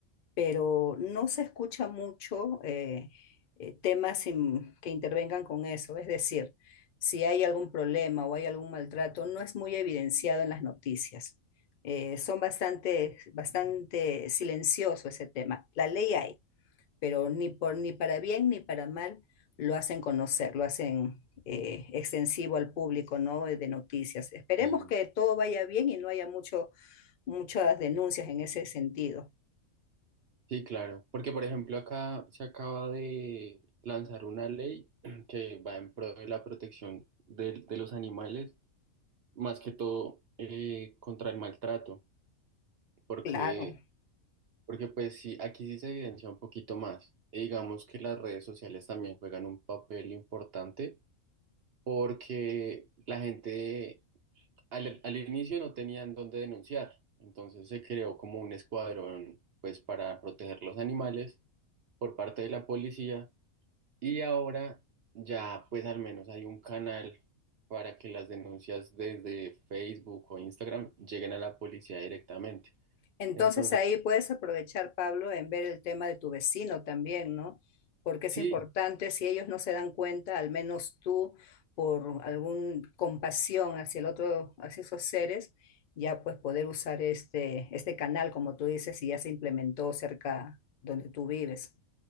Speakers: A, on the left; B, on the right.
A: pero no se escucha mucho eh, eh, temas in- que intervengan con eso. Es decir, si hay algún problema o hay algún maltrato, no es muy evidenciado en las noticias. Eh, son bastante, bastante silencioso ese tema. La ley hay, pero ni por, ni para bien ni para mal lo hacen conocer, lo hacen eh, extensivo al público, ¿no? De noticias. Esperemos
B: Sí,
A: que todo vaya bien y no haya mucho, muchas denuncias en ese sentido.
B: Sí, claro, porque por ejemplo acá se acaba de lanzar una ley <clears throat> que va en pro de la protección de, de los animales, más que todo eh, contra el maltrato, porque
A: Claro.
B: Porque pues sí, aquí sí se evidencia un poquito más. Y digamos que las redes sociales también juegan un papel importante porque la gente al, al inicio no tenían dónde denunciar. Entonces se creó como un escuadrón pues para proteger los animales por parte de la policía y ahora ya pues al menos hay un canal para que las denuncias desde Facebook o Instagram lleguen a la policía directamente.
A: Entonces
B: Entonces,
A: ahí puedes aprovechar, Pablo, en ver el tema de tu vecino también, ¿no? Porque
B: sí,
A: es importante, si ellos no se dan cuenta, al menos tú, por alguna compasión hacia el otro, hacia esos seres, ya pues poder usar este, este canal, como tú dices, y ya se implementó cerca donde tú vives.